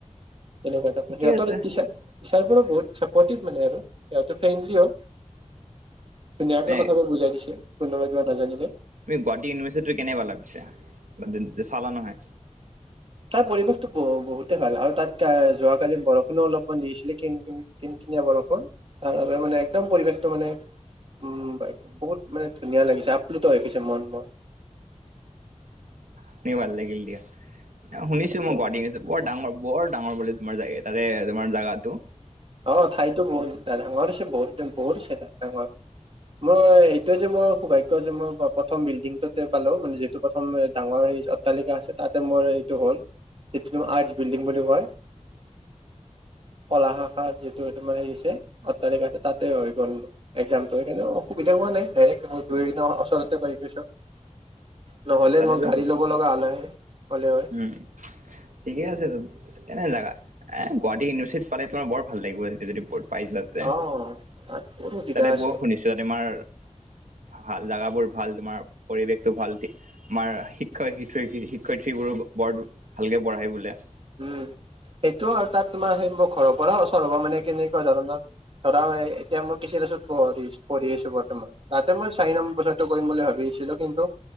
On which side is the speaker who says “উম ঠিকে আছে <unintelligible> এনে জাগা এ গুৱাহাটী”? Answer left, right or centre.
Right